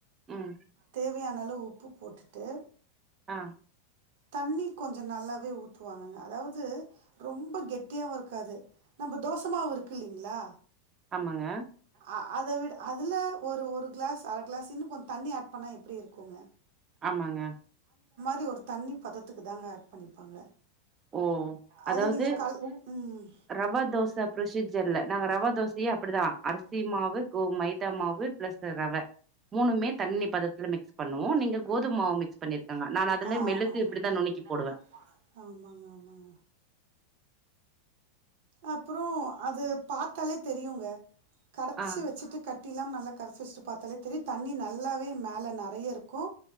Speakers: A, on the right; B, on the right.
A: ம்
B: தே வையான அளவு உப்பு போட்டுட்டு
A: ஆ
B: தண்ணி கொஞ்ச நல்லாவே ஊத்துவாங்கங்க அதாவது ரொம்ப கெட்டியாவு இருக்காது நம்ம தோசமாவு இருக்கு இல்லைங்களா
A: ஆமாங்க
B: ஆ அத விட அதல ஒரு ஒரு கிளாஸ் அரை கிளாஸ் இன்னு கொஞ்ச தண்ணி ஆட் பண்ணா எப்டி இருக்குங்க
A: ஆமாங்க
B: ரி ஒரு தண்ணி பதத்துக்குதாங்க ஆட் பண்ணிப்பாங்க
A: ஓ
B: அது
A: அதாவது
B: நீங்க கல் அதாவது ம்.
A: ரவ தோச புரொசிஜர்ல நாங்க ரவா தோசையே அப்படிதா அரிசி மாவு கோ மைதா மாவு பிளஸ் ரவை மூணுமே தண்ணி பதத்துல மிக்ஸ் பண்ணுவோ நீங்க கோதும மாவ மிக்ஸ் பண்ணிரு க்கங்க நா அதுல
B: ஆ நான்
A: மெளகு
B: ஆமாங்க. அதெல்லாம்
A: இப்பிடிதா
B: வெள்ளத்தை
A: நுனுக்கி
B: இப்படிதான்
A: போடுவே
B: நுணுக்கி போடுவேன். ஆமாங்க ஆமாங்க அப்புறோ அது பாத்தாலே தெரியுங்க கரைச்சு
A: ஆ
B: வச்சுட்டு கட்டி இல்லாம நல்லா கரைச்சு வச்சுட்டு பாத்தாலே தெரியு தண்ணி நல்லாவே மேல நெறைய இருக்கு